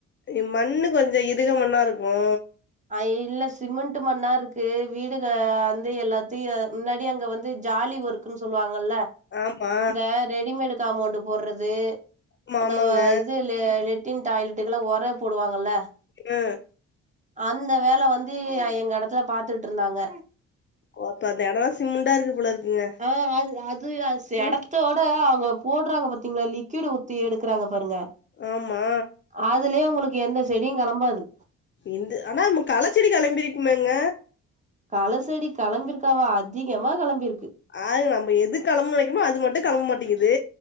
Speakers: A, on the left; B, on the right.
A: இ மண்ணு கொஞ்ச இதுக மண்ணா இருக்கு
B: ஆ இல்ல சிமெண்ட்டு மண்ணா இருக்கு வீடு ஆ வந்து எல்லாத்தையு முன்னாடி அங்க வந்து ஜாலி ஒர்க் குன்னு சொல்லுவாங்கல்ல
A: ஆமா
B: இந்த ரெடிமேடு காமௌண்டு போட்றது
A: ஆமா
B: அந்த
A: ஆமாங்க
B: இது லெ லெட்டின் டாய்லெட்டுக்கெல்லா ஒர போடுவாங்கல்ல
A: ஆ
B: அந்த வேல வந்து எங்க எடத்துல பாத்துட்டு இருந்தாங்க
A: ஓ அப்ப அந்த எடோலா சிமெண்டா இருக்கு போல இருக்குங்க
B: ஆ அது அது ச
A: ம்
B: எடத்தோட அவுங்க போடுறாங்க பாத்தீங்களா லிக்யூடு் ஊத்தி எடுக்கறாங்க பாருங்க
A: ஆமா
B: அதுலயே உங்களுக்கு எந்த செடியு களம்பாது
A: இந்த ஆனா நம்ம களச்செடி களம்பிருக்கிருமேங்க
B: கள செடி களம்பிருக்காவா அதிகமா களம்பிருக்கு
A: அது நம்ம எது களம்புணுன்னு நெனைக்கிறமோ அது மட்டு கெளம்ப மாட்டேங்குது